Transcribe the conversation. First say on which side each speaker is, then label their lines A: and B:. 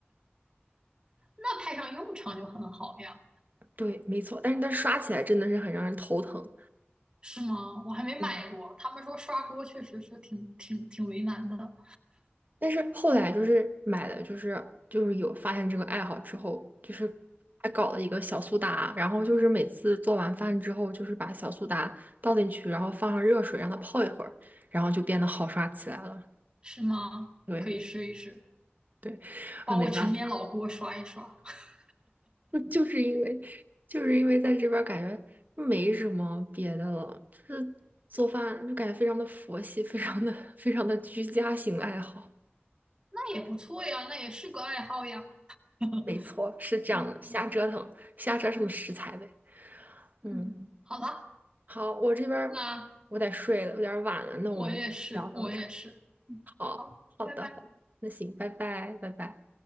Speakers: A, on the right (about 25°); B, on the right (about 45°).
A: 那派上用场就很好呀，
B: <laughs> 对，没错，但是他刷起来真的是很让人头疼。
A: 是吗？我还没买过，
B: 嗯
A: 他们说刷锅确实是挺挺挺为难的。
B: 但是后来就是买了，就是就是有发现这个爱好之后，就是还搞了一个小苏打，然后就是每次做完饭之后，就是把小苏打倒进去，然后放上热水让它泡一会儿，然后就变得好刷起来了。
A: 是吗？
B: 对
A: 可以试一试，
B: 对，
A: 把我陈年老锅刷一刷，
B: 呃没办法，
A: <laughs>
B: <laughs> 就是因为就是因为在这边儿感觉没什么别的了，就是做饭就感觉非常的佛系，非常的非常的居家型爱好。
A: 那也不错呀，那也是个爱好呀。<laughs>
B: 没错，是这样的，
A: 嗯嗯
B: 瞎折腾，瞎折腾食材呗。
A: 嗯，
B: 嗯。
A: 好吧，
B: 好，我这边儿我得睡了，
A: 那
B: 有点儿晚了，那我们聊到这儿。
A: 我也是，我也是，嗯，
B: 好，
A: 好，
B: 好的，
A: 拜拜。
B: 好的，那行，拜拜，拜拜。